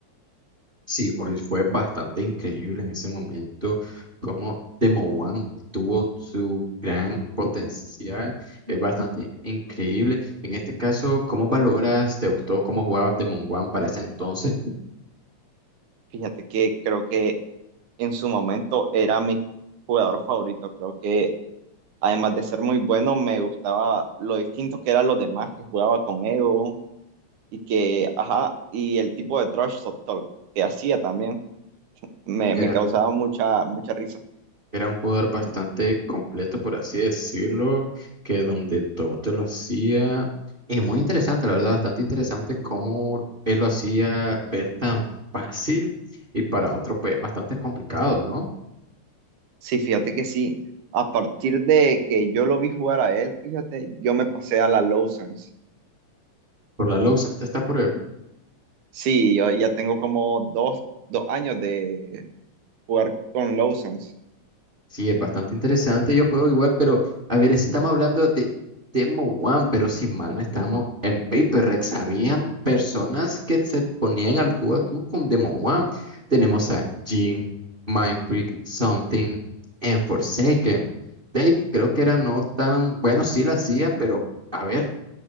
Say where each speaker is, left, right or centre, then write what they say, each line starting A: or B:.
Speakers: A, on the right; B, on the right.
A: Sí, hoy fue bastante increíble en ese momento cómo Demo One tuvo su gran potencial, es bastante increíble. En este caso, ¿cómo valoras? ¿Te gustó cómo jugaba Demo One para ese entonces?
B: Fíjate que creo que en su momento era mi jugador favorito. Creo que además de ser muy bueno, me gustaba lo distinto que eran los demás, que jugaba con Ego, y que, ajá, y el tipo de trash talk que hacía también me,
A: ¿era?
B: me causaba mucha, mucha risa.
A: Era un jugador bastante completo, por así decirlo, que donde todo te lo hacía. Y muy interesante, la verdad, bastante interesante cómo él lo hacía ver tan fácil y para otro, pues, bastante complicado, ¿no?
B: Sí, fíjate que sí. A partir de que yo lo vi jugar a él, fíjate, yo me pasé a la Lowsons.
A: Por la low siempre está por el
B: Sí, yo ya tengo como dos, dos años de jugar con Lowsons.
A: Sí, es bastante interesante. Yo juego igual, pero a ver, estamos hablando de Demo One, pero si mal no estamos en Paper Rex. Habían personas que se ponían al tú a tú con Demo One. Tenemos a Jim, Mindfreak, Something, and Forsaken. Dave, creo que era no tan bueno, sí la hacía, pero a ver